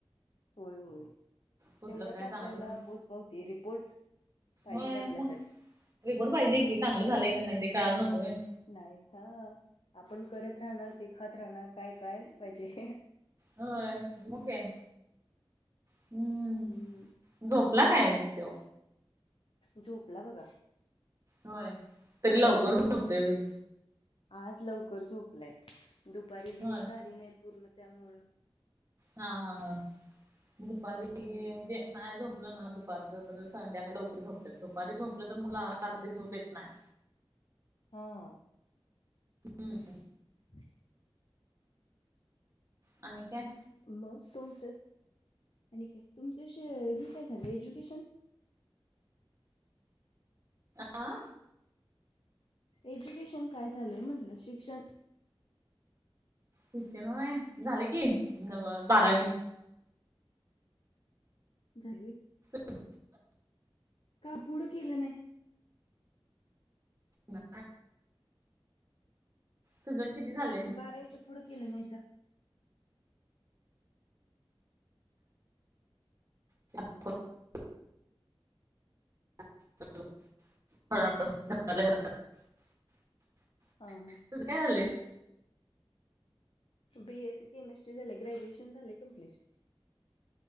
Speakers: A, on the left (about 70°); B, on the right (about 35°).
A: होय होय
B: कुठलं
A: तेवढच
B: काय
A: आपल्याला
B: चांगलं झालं
A: पोहोच पावती रिपोर्ट पाहिजे
B: होय
A: का आपल्यासाठी.
B: मग रिपोर्ट पाहिजे की चांगलं झालेय का नाही ते कायल नको होय.
A: नाही हा आपण करत राहणार ते खात राहणार काय कळायला पाहिजे.
B: हो मग काय. हम्म
A: हम
B: झोपला काय त्यो
A: झोपला बघा.
B: होय तरी लवकरच झोपते व
A: आज लवकर झोपलंय दुपारी झोप
B: होय
A: झाली नाही पूर्ण त्यामुळं
B: हा हा हा दुपारी
A: हम्म
B: म्हणजे नाही झोपलं ना दुपारीच तर संध्याकाळी उपरी झोपते दुपारी झोपलं तर मगला रात्री
A: लव
B: झोप येत नाही
A: हा
B: हम्म
A: <inaudible>
B: आणि काय
A: मग तुमचं आणि काय तुमच हे काय झालं एज्युकेशन
B: आह
A: एज्युकेशन काय झालंय म्हटलं शिक्षण
B: ठीिकक ना म झाले कि बारावी
A: जायवे
B: हो
A: काबुड खिलणे
B: ना तुझं किती झालं
A: बारायच्या पुढं गलं नाही सर
B: <inaudible> ह ह ह
A: हां हां
B: तुझं काय झालंय
A: बीएससी केमिस्ट्री झाले ग्रॅज्युएशन झाले कंप्लीट